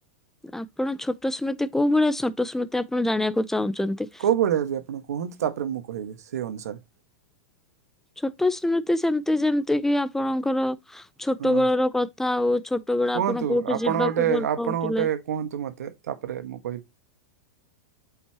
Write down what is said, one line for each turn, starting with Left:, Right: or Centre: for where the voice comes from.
Centre: ଆପଣ ଛୋଟ ସ୍ମୃତି କୋଉ ଭଳିଆ ଛୋଟ ସ୍ମୃତି ଆପଣ ଜାଣିବାକୁ ଚାହୁଁଛନ୍ତି?
Right: କୋଉ ଭଳିଆ ଆଜି ଆପଣ କୁହନ୍ତୁ ତାପରେ ମୁଁ କହିବି ସେଇ ଅନୁସାରେ
Centre: ଛୋଟ ସ୍ମୃତି ସେମିତି ଯେମିତି କି ଆପଣଙ୍କର ଛୋଟ
Right: ହଁ
Centre: ବେଳର କଥା ଆଉ ଛୋଟ ବେଳ
Right: କୁହନ୍ତୁ
Centre: ଆପଣ କୋଉଠି
Right: ଆପଣ
Centre: ଯିବାକୁ
Right: ଗୋଟେ
Centre: ଭଲ
Right: ଆପଣ
Centre: ପାଉଥିଲେ।
Right: ଗୋଟେ କୁହନ୍ତୁ ମତେ ତାପରେ ମୁଁ କହିି